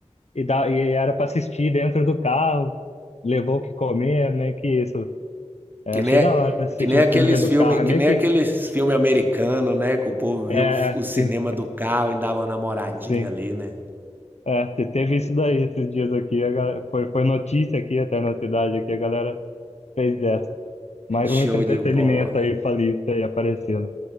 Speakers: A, on the left; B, on the right.
A: e, dá, e era para assistir dentro do carro, levou o que comer, meio que isso. É,
B: que
A: achei
B: nem
A: da hora assistir
B: que nem
A: um
B: aqueles
A: filme dentro
B: filmes,
A: do carro,
B: que
A: é meio
B: nem
A: que.
B: aqueles filme americano, né, que o povo viu
A: É, é,
B: o cinema
A: sim,
B: do carro e dava uma namoradinha
A: sim.
B: ali, né?
A: É, te- teve isso daí esses dias aqui, a galera, foi, foi notícia aqui até na cidade aqui, a galera fez essa. Mais um
B: Show
A: entretenimento
B: de bola.
A: aí pra lista aí aparecendo.